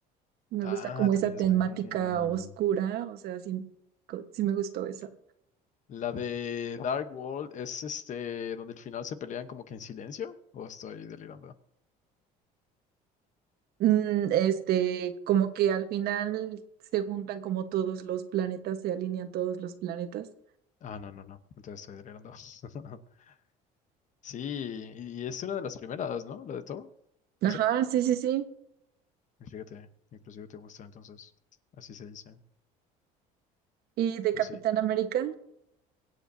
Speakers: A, on the right; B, on the left.
A: Me
B: Ah,
A: gusta como
B: también
A: esa
B: es
A: temática
B: buena.
A: oscura, o sea, sí, co- sí me gustó esa.
B: La de Dark World es este, donde al final se pelean como que en silencio, ¿o estoy delirando?
A: Mm, este, como que al final se juntan como todos los planetas, se alinean todos los planetas.
B: Ah, no, no, no, entonces estoy delirando. <laughs> Sí, y, y es una de las primeras, ¿no? La de Thor,
A: Ajá,
B: esa.
A: sí, sí, sí.
B: Y Fíjate, inclusive te gusta, entonces, así se dice,
A: ¿Y de
B: pero
A: Capitán
B: sí.
A: América,